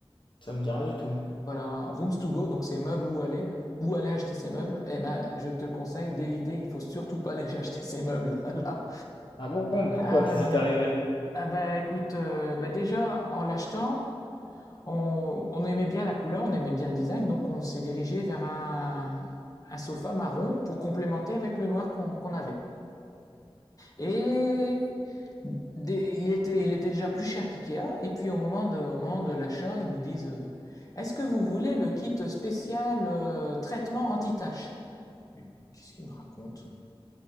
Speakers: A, on the left; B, on the left.
A: ça me dit rien du tout.
B: Voilà, Rooms to Go, donc c'est meubles où aller, où aller acheter ces meubles. Eh ben, je te conseille d'éviter, il faut surtout pas <laughs> aller acheter ces meubles là.
A: Ah bon, pourquoi?
B: Ah
A: Qu'est-ce qui
B: ouais
A: t'est arrivé?
B: ouais. Ah bah écoute, euh, bah déjà en l'achetant, on, on aimait bien la couleur, on aimait bien le design, donc on s'est dirigé vers un, un sofa marron pour complémenter avec le noir qu'on qu'on avait. Et des- il était, il était déjà plus cher qu'IKEA, et puis au moment de, au moment de l'achat, ils nous disent euh, Est-ce que vous voulez le kit spécial euh, traitement anti-tache Mais Qu'est-ce qu'il me raconte